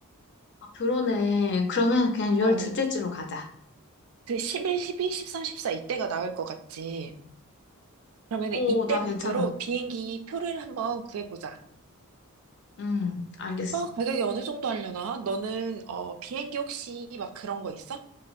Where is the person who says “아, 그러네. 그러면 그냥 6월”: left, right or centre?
Left